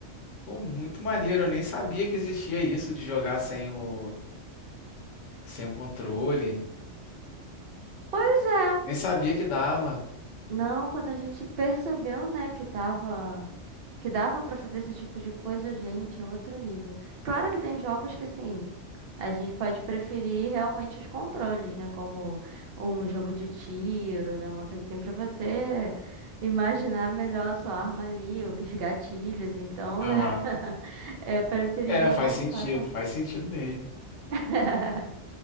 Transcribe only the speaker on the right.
Pois é.
Não, quando a gente percebeu, né, que tava, que dava pra fazer esse tipo de coisa, gente, é outro nível. Claro que tem jogos que assim, a gente pode preferir realmente os controles, né, como um jogo de tiro, né, uma coisa assim pra você imaginar melhor a sua arma ali, os gatilhos, então,
né, <laughs> é preferível
não
estar com
<laughs>